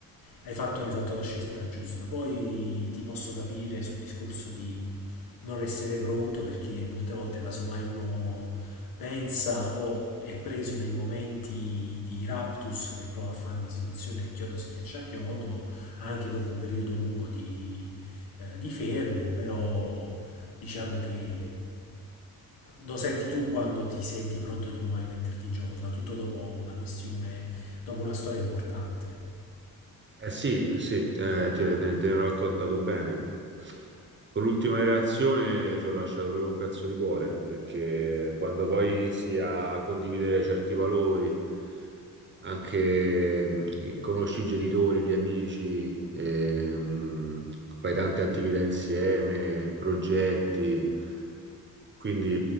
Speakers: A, on the left; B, on the right.
A: Hai fatto, hai fatto la scelta giusta. Poi ti posso capire sul discorso di non essere pronto perché molte volte casomai uno pensa o è preso dai momenti di raptus che prova a fare una situazione chiodo schiaccia chiodo anche dopo un periodo lungo di, eh, di fermo, però diciamo che lo senti tu quando ti senti pronto di nuovo a rimetterti in gioco, soprattutto dopo una questione, dopo una storia importante.
B: Eh sì, eh sì, eh, ti, te, te ne ho raccontato bene. Con l'ultima relazione ci ho lasciato proprio un pezzo di cuore, perché quando poi inizi a condividere certi valori, anche mh, conosci i genitori, gli amici, e, mh, fai tante attività insieme, progetti. Quindi,